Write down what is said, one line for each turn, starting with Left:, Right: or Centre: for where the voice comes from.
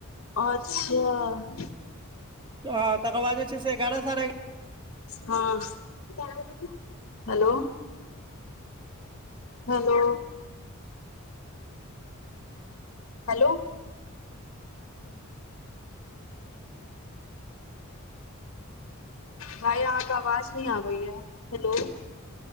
Left: अच्छा
Right: हँ आ तकर बाद जे छै से एगारह साढ़े एगा
Left: हँ हेलो, हेलो, हेलो,
Right: आ छै <unintelligible>
Left: भाय अहाँ क अवाज नै आबै ये। Hello,